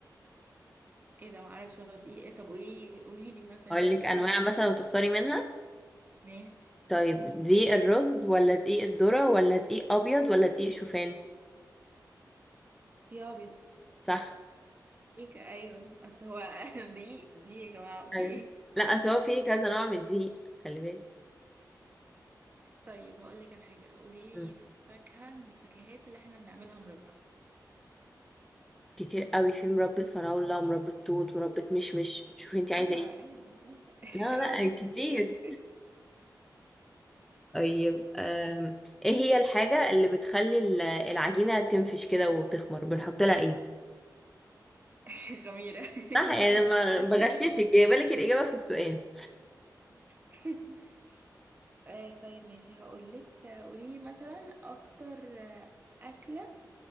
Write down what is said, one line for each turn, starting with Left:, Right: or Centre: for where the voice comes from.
Right: ايه ده معرفش هو دي ايه طب وايه قولي لي مثلا
Centre: اقول
Right: اختيارات
Centre: لك انواع
Right: كده.
Centre: مثلا وتختاري منها
Right: ماشي
Centre: طيب دقيق الرز ولا دقيق الذرة ولا دقيق ابيض ولا دقيق شوفان
Right: يا ابيض
Centre: صح
Right: ايه ك- ايوه اصل هو <laughs> دي دي يا جماعه في
Centre: ايوه
Right: ايه
Centre: لا أصل هو في كذا نوع من الدقيق خلي بالك
Right: طيب هقول لك على حاجه قولي
Centre: مم.
Right: لي فاكهه من الفاكهات اللي احنا بنعملها مربى
Centre: كتير قوي في مربى فراولة ومربى توت وربة مشمش شوفي انت عايزة
Right: اوعى
Centre: ايه
Right: اوعى اوعى <laughs>
Centre: لا
Right: اوعى
Centre: لا
Right: ست
Centre: كتير
Right: البيت
Centre: طيب أم، ايه هي الحاجة اللي بتخلي ال- العجينة تنفش كده وتخمر بنحط لها ايه
Right: <laughs> خميره
Centre: صح
Right: <laughs>
Centre: يعني
Right: لا
Centre: أنا
Right: لا
Centre: ما بغششك
Right: تخمر
Centre: جايبه لك الاجابه في السؤال
Right: <laughs> آه طيب ماشي هقولك آه، قوليلي مثلا أكتر آه، أكلة